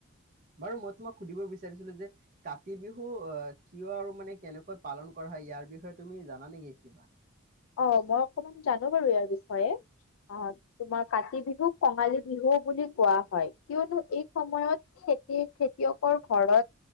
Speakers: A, on the right (about 40°); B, on the left (about 70°).
A: বাৰু মই তোমাক সুধিব বিচাৰিছিলো যে কাতি বিহু আহ কিয় আৰু মানে কেনেকৈ পালন কৰা হয় ইয়াৰ বিষয়ে তুমি জানা নেকি কিবা।
B: অ মই অকমান জানো বাৰু ইয়াৰ বিষয়ে আহ তোমাৰ কাতি বিহু কঙালী বিহু বুলি কোৱা হয়। কিয়নো এই সময়ত খেতি খেতিয়কৰ ঘৰত